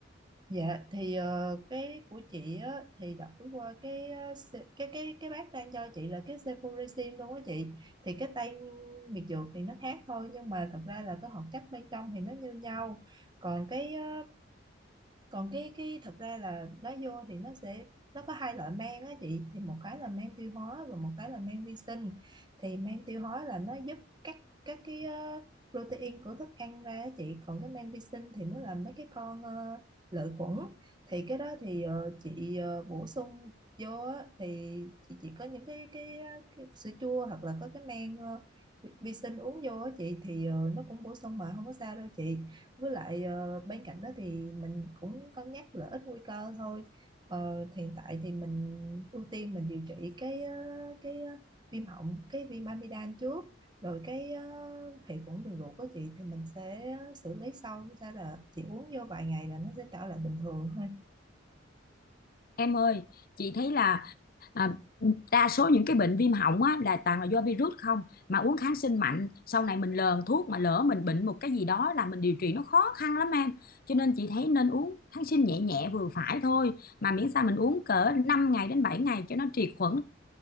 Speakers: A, on the right; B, on the left.
A: Dạ thì ờ, cái của chị á thì đọc qua cái ờ, se- cái cái cái bác đang cho chị là cái cefuroxim luôn á chị thì cái tên biệt dược thì nó khác thôi nhưng mà thật ra là cái hoạt chất bên trong thì nó như nhau còn cái ờ, còn cái cái thật ra là lá vô thì nó sẽ nó có hai loại men á chị thì một cái là men tiêu hóa và một cái là men vi sinh thì men tiêu hóa là nó giúp cắt các cái ờ, protein của thức ăn ra á chị còn cái men vi sinh thì mới là mấy cái con ờ, lợi khuẩn thì cái đó thì ờ, chị ờ, bổ sung vô á, thì chị chỉ có những cái, cái ờ, cái sữa chua hoặc là có cái men ờ, vi vi sinh uống vô á chị thì ờ, nó cũng bổ sung mà không có sao đâu chị với lại ờ, bên cạnh đó thì mình cũng cân nhắc lợi ích nguy cơ thôi Ờ, hiện tại thì mình ưu tiên mình điều trị cái ờ, cái ờ, viêm họng cái viêm amidan trước rồi cái ờ, hệ khuẩn đường ruột của chị thì mình sẽ xử lý sau Sao là chị uống vô vài ngày là nó sẽ trở lại bình thường thôi
B: em ơi chị thấy là à, đa số những cái bệnh viêm họng á, là toàn là do virus không mà uống kháng sinh mạnh sau này mình lờn thuốc mà lỡ mình bệnh một cái gì đó là mình điều trị nó khó khăn lắm em cho nên chị thấy nên uống kháng sinh nhẹ nhẹ vừa phải thôi mà miễn sao mình uống cỡ 5 ngày đến 7 ngày cho nó triệt khuẩn